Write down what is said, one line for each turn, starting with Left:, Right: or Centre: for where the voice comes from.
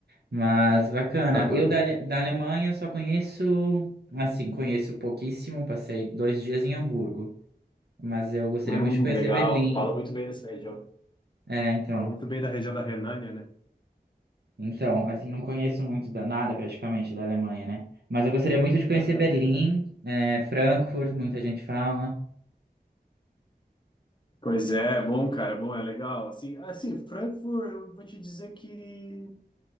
Right: mas bacana.
Left: Aham.
Right: Eu da, Ale- da Alemanha só conheço, assim, conheço pouquíssimo, passei dois dias em Hamburgo, mas eu gostaria
Left: Hum,
Right: muito de conhecer
Left: legal,
Right: Berlim,
Left: falo muito bem dessa região.
Right: é, então.
Left: Fala muito bem da região da Renânia, né?
Right: Então, assim, não conheço muito da, nada praticamente da Alemanha, né? Mas eu gostaria muito de conhecer
Left: Aham.
Right: Berlim, é, Frankfurt, muita gente fala.
Left: Pois é, é bom, cara, é bom, é legal. Assim, assim, Frankfurt, eu vou te dizer que,